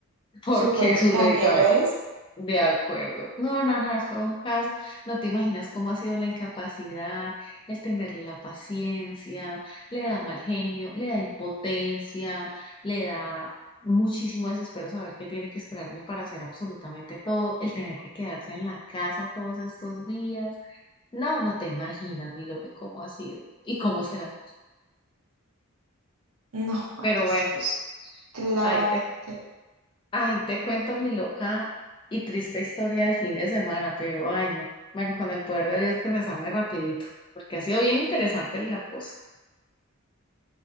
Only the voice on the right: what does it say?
su cuerpo
también
lo es.
No, mariscos,
claramente.